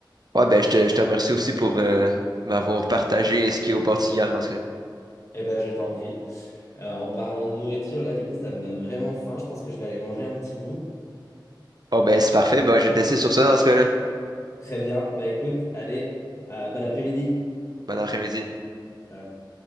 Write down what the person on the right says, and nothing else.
Ouais, ben je te, je te remercie aussi pour euh, m'avoir partagé ce qui est au Portugal dans ce cas-là.
Oh ben c'est parfait. Ben, je vais te laisser sur ça dans ce cas-là.
Bon après-midi.